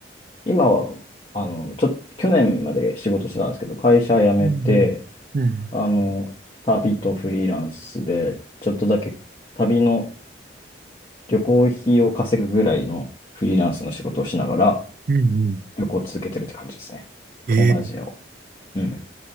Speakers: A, on the left; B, on the right.
A: 今は、あの、ちょ、去年まで仕事してたんですけど、会社辞めて、
B: うんうん。うん。
A: あの、旅とフリーランスで、ちょっとだけ旅の旅行費を稼ぐぐらいのフリーランスの仕事をしながら、
B: うんう
A: 旅行を続けてるって感じですね。
B: ん。
A: 東南アジアを。
B: えー
A: うん。